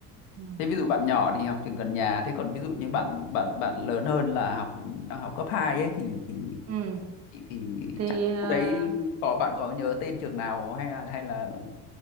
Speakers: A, on the right; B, on the left.
A: Ừ.
B: Thế ví dụ bạn nhỏ thì học trường gần nhà, thế còn ví dụ như bạn bạn bạn lớn hơn là học đang học cấp 2 ấy thì thì
A: Ừ.
B: thì, thì
A: Thì
B: chắc
A: ờ,
B: khu đấy có bạn có nhớ tên trường nào hay là hay là